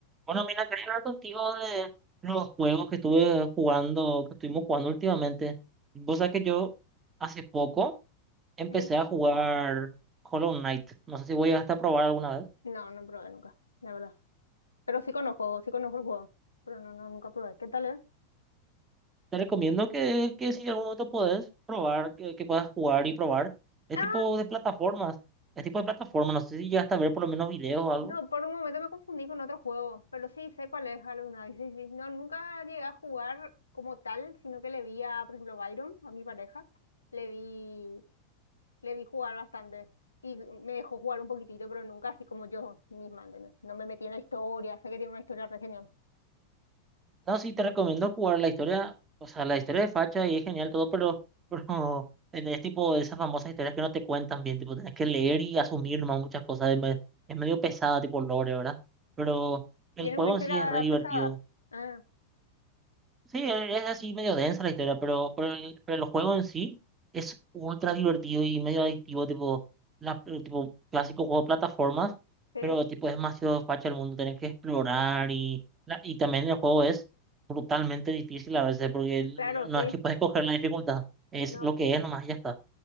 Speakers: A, on the right (about 20°); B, on the left (about 80°).
A: Bueno, mira, quería hablar contigo de los juegos que estuve jugando, que estuvimos jugando últimamente. Vos sabés que yo hace poco empecé
B: Sí.
A: a jugar Hollow Knight. No sé si voy a a probar alguna vez.
B: No, no probé nunca, la verdad. Pero sí conozco, sí conozco el juego. Pero no, no, nunca probé. ¿Qué tal es?
A: Te recomiendo que, que si en algún momento podés probar, que, que puedas jugar y probar. Es
B: Ah,
A: tipo de plataformas. Es tipo de plataformas. No sé si llegaste a ver por lo menos videos o algo.
B: no, por un momento me confundí con otro juego. Pero sí, sé cuál es Hollow Knight. Sí, sí. No, nunca llegué a jugar como tal, sino que le vi a, por ejemplo, Byron, a mi pareja. Le vi, le vi jugar bastante. Y me dejó jugar un poquitito, pero nunca así como yo misma, ¿entendés? No me metí en la historia. Sé que tiene una historia re genial.
A: No, sí, te recomiendo jugar la historia, o sea, la historia de Facha y es genial todo, pero, <laughs> pero es es tipo de esas famosas historias que no te cuentan bien, tipo, tenés que leer y asumir nomás muchas cosas, es, me- es medio pesada, tipo lore, ¿verdad? Pero el
B: Tiene
A: juego
B: una historia
A: en sí es re divertido.
B: pesada. Ah,
A: Sí, e- es así medio densa la historia, pero, pero, el, pero el juego en sí es ultra divertido y medio adictivo, tipo, la, el tipo clásico juego de plataformas,
B: sí,
A: pero tipo es demasiado facha el mundo, tenés que explorar y, la, y también el juego es brutalmente difícil a veces porque el-
B: claro,
A: no no
B: sí.
A: es que puedes escoger la dificultad, es
B: No.
A: lo que es nomás y ya está.